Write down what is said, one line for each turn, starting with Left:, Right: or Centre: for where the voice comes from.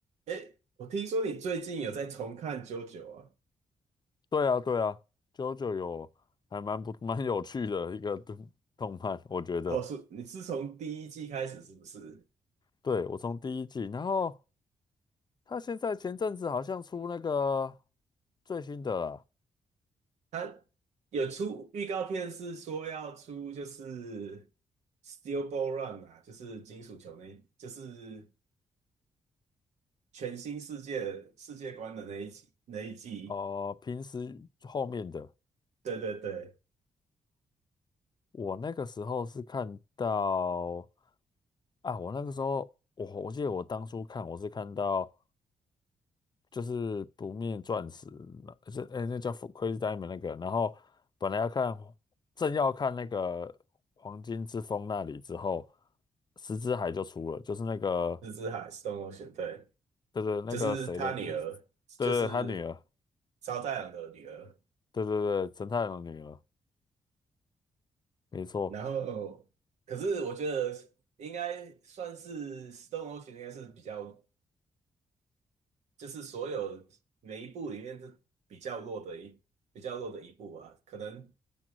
Right: 诶，我听说你最近有在重看《JoJo》啊？
Left: 对啊，对啊，JoJo 有还蛮不 <laughs> 蛮有趣的一个动动漫，我觉得。
Right: 哦，是你是从第一季开始是不是？
Left: 对，我从第一季，然后他现在前阵子好像出那个最新的啦，
Right: 他有出预告片，是说要出就是 Steel Ball Run 啊，就是金属球那一，就是全新世界世界观的那一集那一季。
Left: 哦、平时后面的，
Right: 对对对，
Left: 我那个时候是看到啊，我那个时候我我记得我当初看我是看到。就是不灭钻石，那是哎、那叫 Crazy Diamond 那个。然后本来要看，正要看那个黄金之风那里之后，石之海就出了，就是那个
Right: 日之海 （Stone Ocean） 对，
Left: 对对那个谁的，
Right: 就是他女儿，
Left: 对对他女儿，
Right: 就是烧太郎的女儿。
Left: 对对对陈太郎的女儿，没错。
Right: 然后可是我觉得应该算是《Stone Ocean》应该是比较，就是所有每一部里面是比较弱的一比较弱的一部啊。可能